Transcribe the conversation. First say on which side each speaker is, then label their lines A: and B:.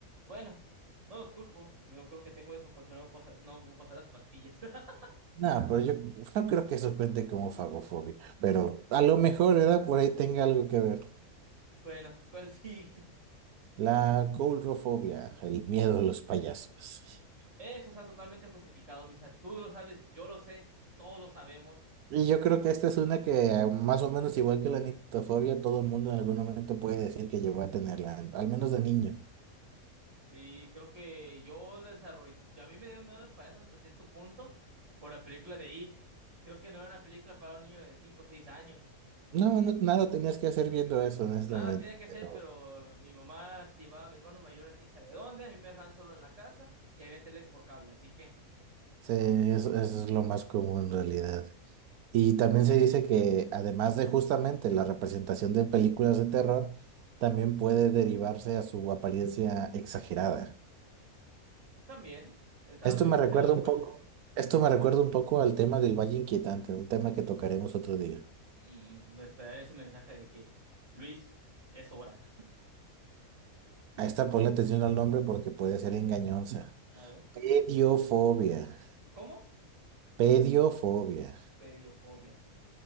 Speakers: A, on the right; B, on the right.
A: Bueno, no los culpo. Yo creo que tengo eso porque no me puedo pasar, no me puedo pasar las pastillas. <laughs>
B: Nada, pero yo no creo que eso cuente como fagofobia, pero a lo mejor, ¿verdad? Por ahí tenga algo que ver.
A: Bueno, ¿cuál sigue?
B: La coulrofobia, el miedo a los payasos.
A: Eso está totalmente justificado, Misa. Tú lo sabes, yo lo sé, todos lo sabemos.
B: Y yo creo que esta es una que más o menos igual que la nictofobia, todo el mundo en algún momento puede decir que llegó a tenerla, al menos de niño.
A: Sí, creo que yo lo desarrollé. A mí me dieron miedo los payasos hasta cierto punto por la película de It. Creo que no era una película para un niño de 5 o 6 años.
B: No, no- nada tenías que hacer viendo eso, honestamente,
A: Nada tenía que hacer,
B: pero
A: pero mi mamá se iba, mi hermano mayor a quién sabe dónde, a mí me dejaban solo en la casa y había tele por cable, así que
B: sí, eso, eso es lo más común en realidad. Y también se dice que además de justamente la representación de películas de terror, también puede derivarse a su apariencia exagerada.
A: también estaba
B: Esto
A: muy
B: me
A: exagerado
B: recuerda
A: el
B: un
A: payaso.
B: poco, esto me recuerda un poco al tema del Valle Inquietante, un tema que tocaremos otro día.
A: Mm, esperar ese mensaje de que Luis es hora.
B: A esta ponle atención al nombre porque puede ser engañosa.
A: <laughs> A ver,
B: Pediofobia.
A: ¿cómo?
B: Pediofobia.
A: Pediofobia.